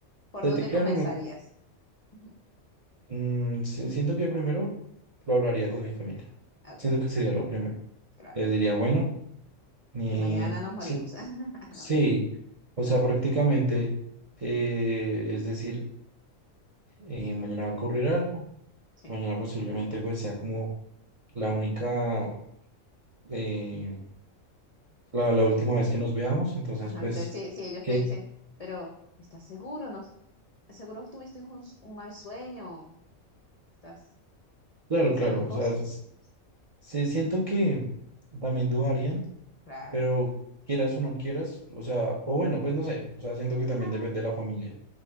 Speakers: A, on the left; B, on the right.
A: ¿por
B: te,
A: dónde
B: te crean
A: comenzarías?
B: o no
A: <laughs> Ujú,
B: Mm, sí, siento que primero lo hablaría con mi familia.
A: Ok,
B: Siento que sería lo primero.
A: claro,
B: Les diría, bueno, ni...
A: que mañana nos morimos.
B: sí,
A: <laughs>
B: sí,
A: No,
B: o sea, prácticamente, eh, es decir, eh, mañana va a ocurrir algo,
A: sí.
B: mañana posiblemente pues sea como la única, eh, la, la última vez que nos veamos, entonces
A: Ajá,
B: pues,
A: entonces si, si ellos
B: que,
A: te dicen, pero ¿estás seguro? No, seguro tuviste un, s- un mal sueño, estás
B: claro,
A: pensando
B: claro, o
A: cosas.
B: sea, s- sí, siento que también dudarían,
A: Claro.
B: pero quieras o no quieras, o sea, o bueno, pues no sé, o sea, siento que
A: <laughs>
B: también depende de la familia.